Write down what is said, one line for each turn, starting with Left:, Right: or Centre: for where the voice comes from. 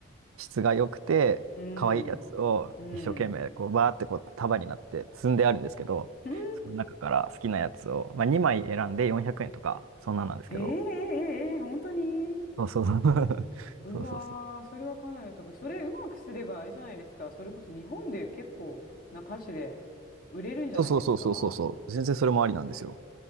Right: 質が良くて、
Left: うん、
Right: 可愛いやつを一生懸命、
Left: うん。
Right: こう、バーってこう、束になって積んであるんですけど、
Left: うーん。
Right: その中から好きなやつを、まあ、2枚選んで400円とか、そんなんなんですけど、
Left: へえ、ええ、ええ本当に
Right: そうそうそう。<laughs>
Left: うわー、
Right: そうそうそう。
Left: それはかなりのとこ。それうまくすればあれじゃないですか。それこそ日本で結構な歌手で売れるんじゃないですか
Right: そうそうそうそうそうそう。全然それもありなんですよ。